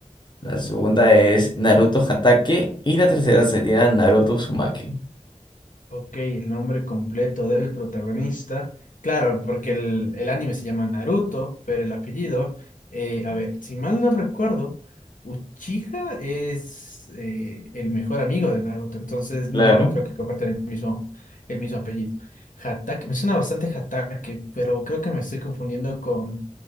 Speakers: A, on the left (about 35°); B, on the left (about 90°).
A: La segunda es Naruto Hatake y la tercera sería Naruto Uzumaki.
B: Ok, el nombre completo del protagonista. Claro, porque el, el anime se llama Naruto, pero el apellido, eh, a ver, si mal no recuerdo, Uchiha es eh, el mejor amigo de Naruto, entonces
A: Claro,
B: no, no creo que compartan el mismo, el mismo apellido. Hatake, me suena bastante Hatake, pero creo que me estoy confundiendo con,